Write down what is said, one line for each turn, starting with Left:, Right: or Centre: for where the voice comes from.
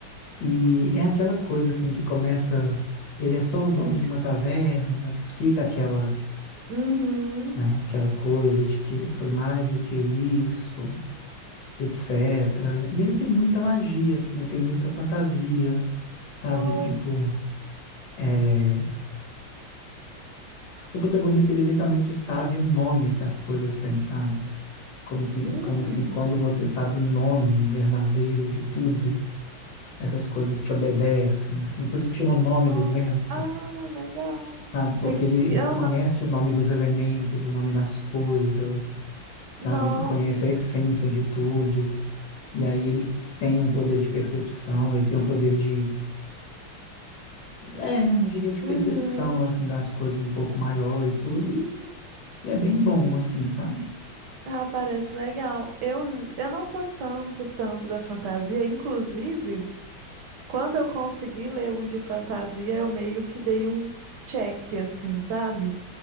Left: E é aquela coisa assim que começa, ele é só o dono de uma taverna, mas fica aquela,
Right: Uhum.
Left: né, aquela coisa de que ele foi mais do que isso, etc. E ele tem muita
Right: Ah,
Left: magia,
Right: sim.
Left: assim, ele tem muita fantasia, sabe?
Right: Oh,
Left: Tipo, é, o protagonista ele literalmente sabe o nome que as coisas têm, sabe? Como se,
Right: hum.
Left: como se quando você sabe o nome verdadeiro de tudo, essas coisas te obedecem, assim. Por isso que chama o nome
Right: Oh,
Left: do vento.
Right: ah, legal.
Left: sabe? Porque
Right: Entendi.
Left: ele, ele
Right: Aham.
Left: conhece o nome dos elementos, o nome das coisas, sabe?
Right: Nó.
Left: Ele conhece a essência de tudo. E aí ele tem um poder de percepção, ele tem um poder de, é, eu diria de percepção,
Right: Uhum.
Left: assim, das coisas um pouco maior e tudo. E, e é bem bom, assim, sabe?
Right: Ah, parece legal. Eu, eu não sou tanto, tanto da fantasia. Inclusive, quando eu consegui ler um de fantasia, eu meio que dei um check, assim, sabe?